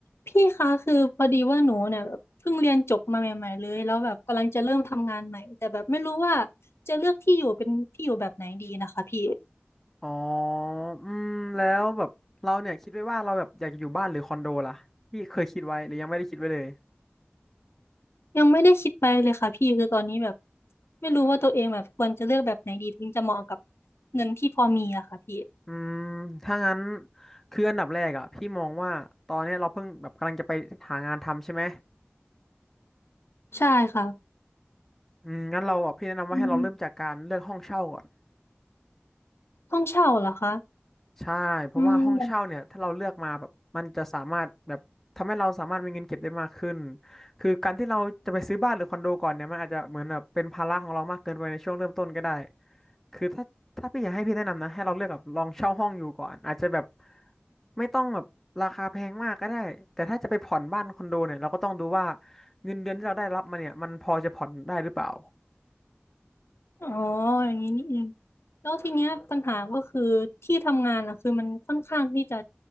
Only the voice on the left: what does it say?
พี่คะคือพอดีว่าหนูเนี่ยแบบเพิ่งเรียนจบมาใหม่ๆเลยแล้วแบบกำลังจะเริ่มทำงานใหม่แต่แบบไม่รู้ว่าจะเลือกที่อยู่เป็นที่อยู่แบบไหนดีนะคะพี่
ยังไม่ได้คิดไปเลยค่ะพี่คือตอนนี้แบบไม่รู้ว่าตัวเองแบบควรจะเลือกแบบไหนดีถึงจะเหมาะกับเงินที่พอมีอะค่ะพี่
ใช่ค่ะ
อืมห้องเช่าเหรอคะ
อืม
อ๋ออย่างนี้นี่เองแล้วทีเนี้ยปัญหาก็คือที่ทำงานอะคือมันค่อนข้างที่จะ